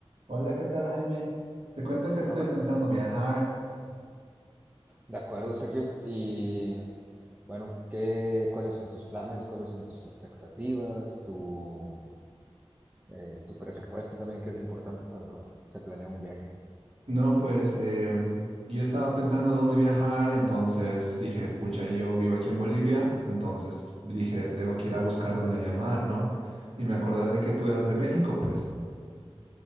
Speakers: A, on the right (about 90°); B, on the right (about 15°).
A: Hola, ¿qué tal, Jaime? Te cuento que estoy
B: Hola, bueno,
A: pensando viajar.
B: de acuerdo, Sergio. Y bueno, ¿qué, cuáles son tus planes? ¿Cuáles son tus expectativas? Tu, eh, tu presupuesto también, que es importante cuando se planea un viaje.
A: No, pues eh, yo estaba pensando de dónde viajar, entonces dije, pucha, yo vivo aquí en Bolivia, entonces dije, tengo que ir a buscar dónde llamar, ¿no? Y me acordé de que tú eras de México, pues.